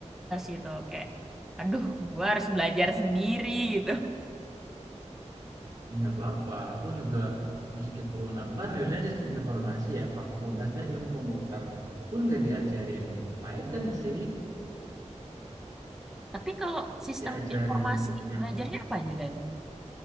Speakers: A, in the centre; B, on the right.
A: gitu. Kayak, aduh, gua harus belajar sendiri gitu.
B: nggak apa-apa. Aku juga meskipun aku kan jurusannya sistem informasi ya, fakultasnya ilmu komputer, pun nggak diajarin Python sih,
A: Tapi kalau sistem
B: diajarin
A: informasi
B: yang
A: belajarnya
B: lain.
A: apa aja Dan?